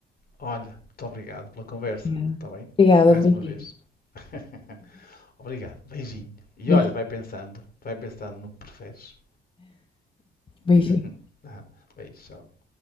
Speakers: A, on the left; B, on the left.
A: Olha, muito obrigado pela conversa,
B: Obrigada.
A: está bem?
B: Obrigada,
A: Mais
B: um beijinho.
A: uma vez. <laughs> Obrigado, beijinho. E
B: Beijo-
A: olha, vai pensando, vai pensando no que preferes.
B: Beijinho.
A: <laughs> Ah, beijo, tchau.